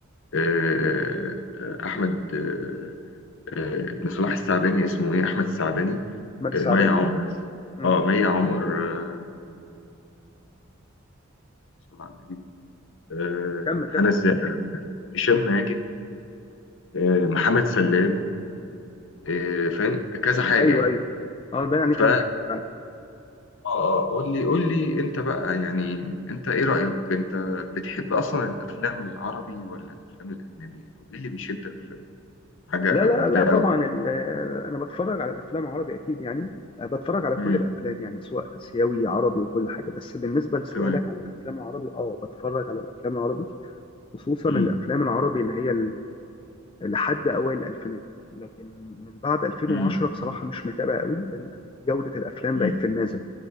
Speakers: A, on the left; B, on the left.
A: آه، آه، احمد آه، آه، ابن صلاح السعداني اسمه ايه احمد السعداني
B: احمد السعداني
A: آه، مي عمر
B: امم
A: اه مي عمر آه، صلى على النبي آه،
B: كمل كمل
A: هنا الزاهر هشام ماجد آه، محمد سلام آه، فاهم كذا حاجه
B: ايوه
A: يعني
B: ايوه اه ده يعني فيلم
A: ف اه
B: حلو فعلا
A: آه، قول لي قول لي انت بقى يعني انت ايه رايك انت بتحب اصلا الافلام العربي ولا الافلام الاجنبي يعني وايه اللي بيشدك في حاجه
B: لا لا
A: من
B: لا
A: ده قوي
B: طبعا ال- آه، انا بتفرج على الافلام عربي اكيد يعني آه، بتفرج على كل
A: امم
B: الافلام يعني سواء اسيوي عربي وكل حاجه بس بالنسبه لسؤالك
A: تمام
B: عن الافلام العربي اه بتفرج على الافلام العربي خصوصا
A: امم
B: الافلام العربي اللي هي لحد اوائل الالفينات لكن من بعد 2010
A: امم
B: بصراحه مش متابع قوي لان جوده الافلام
A: امم
B: بقت في النازل